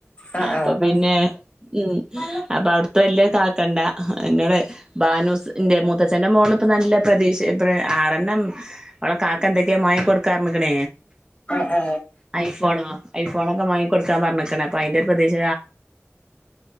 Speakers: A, on the left (about 30°); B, on the right (about 15°).
A: ആ ആ
B: അപ്പൊ
A: ആ ആ
B: പിന്നെ ഉ
A: ആ
B: അപ്പ അവിടുത്തെ വല്യ കാക്കണ്ട എന്നോട് ബാനുസിന്റെ മുത ന്റെ മോൾ ഇപ്പ നല്ല പ്രതീക്ഷ ആറെണ്ണം അവള കാക്ക എന്തൊക്കെയാ മ കൊടുക്ക ക കണ
A: ആ ആ
B: ആഐഫോൺ ആഐഫോന മായി കൊടുക്കൻ പറഞ്ഞി അ അതിന്റെ പ്രദേശ